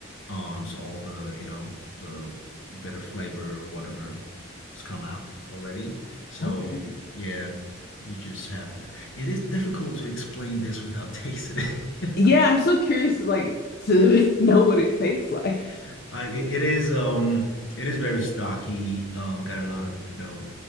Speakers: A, on the left; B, on the left.
A: Um, so all the you know the bitter flavor or whatever has come out already. So
B: Okay.
A: yeah, you just have to. It is difficult to explain this without tasting it.
B: Yeah, I'm so curious like to <laughs> know what it tastes like.
A: <laughs> I, it it is um it is very stocky. Um, got a lot of you know